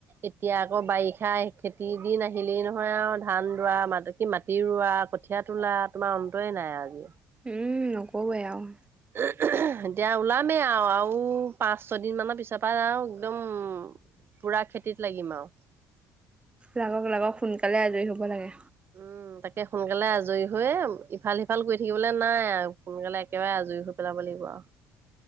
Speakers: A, on the right (about 50°); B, on the right (about 20°).
A: এতিয়া আকৌ বাৰিষা খেতি দিন আহিলেই নহয় আৰু ধান দোৱা মাত কি মাটি ৰুই ৰুৱা কঠিয়া তোলা তোমাৰ অন্তই নাই আজি
B: উম নকবেই আৰু
A: <unintelligible> <inaudible> এতিয়া ওলামেই আৰু আৰু পাঁচ ছয়দিন মানৰ পিছৰ পৰা আৰু একদম পুৰা খেতিত লাগিম আৰু
B: লাগক লাগক সোনকালে আজৰি হ'ব লাগে
A: উম উ তাকে সোনকালে আজৰি হৈ ইফাল সিফাল কৰি থাকিবলৈ নাই আৰু সোনকালে একেবাৰে আজৰি হৈ পেলাব লাগিব ৱা